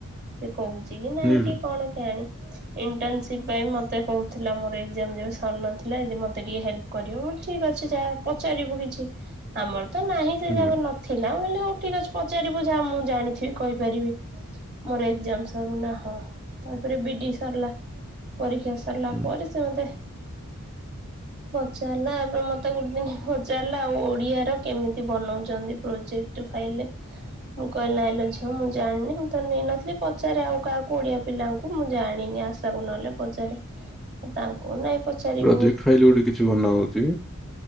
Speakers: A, on the right; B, in the centre.
A: ସେ କହୁଛି କି ନାଇଁ
B: ହୁଁ
A: କି କଣ କେଜାଣି ଇନଟନ୍ ସିପ ସେଥିପାଇଁ ମୋତେ କହୁଥିଲା ମୋର ଏକ୍ସଜାମ୍ ଯଉ ସରି ନଥିଲା ଦି ମୋତେ ମତେ ଟିକେ ହେଲ୍ପ୍ କରିବ ମୁଁ ଠିକ୍ ଅଛି ଯାହା ପଚାରିବୁ କିଛି ଆମର ତ ନାହିଁ ସେ
B: ହୁଁ
A: ଯାକ ନଥିଲା ହଉ ଠିକ ଅଛି ପଚାରିବୁ ଯାହା ମୁଁ ଜାଣିଥିବି କହିପାରିବି ମୋର ଏକ୍ସଜାମ୍ ନା ହଁ ତାପରେ ବିଡି ସରିଲା ପରୀକ୍ଷା ସରିଲା
B: ହୁଁ
A: ପରେ ସେ ମୋତେ ପଚାରିଲା ଆପଣ ମତେ ଗୋଟେ ଦିନ୍ ଭଜା ହେଲା ଓଡିଆର କେମିତି ବନାଉଛନ୍ତି ପ୍ରୋଜେକ୍ଟ ଟୁ ଫାଇଲେ ମୁଁ କହିଲି ନାଇଁଲୋ ଝିଅ ମୁଁ ଜାଣିନି ମୁଁ ତ ନେଇ ନଥିଲି ପ ପଚାରେ ଆଉ କାହାକୁ ଓଡ଼ିଆ ପିଲାଙ୍କୁ ମୁଁ ଜାଣିନି ଆଶାକୁ ନହେଲେ ପଚାରେ। ତାଙ୍କୁ ନାଇଁ ପଚାରିବିନି
B: ପ୍ରୋଜେକ୍ଟ ଫାଇଲ ଗୋଟେ କିଛି ବନା ହଉଛି